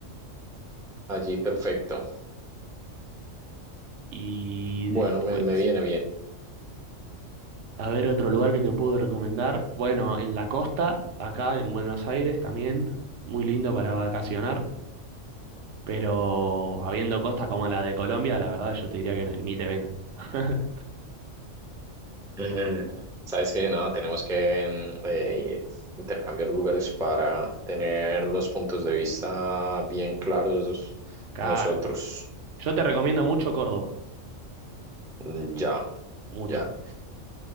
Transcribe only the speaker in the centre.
allí perfecto.
Bueno,
me, me viene bien.
Eh, sabes que nada, tenemos que mm, eh, intercambiar lugares para tener los puntos de vista bien claros
nosotros.
Mm, Ya,
ya.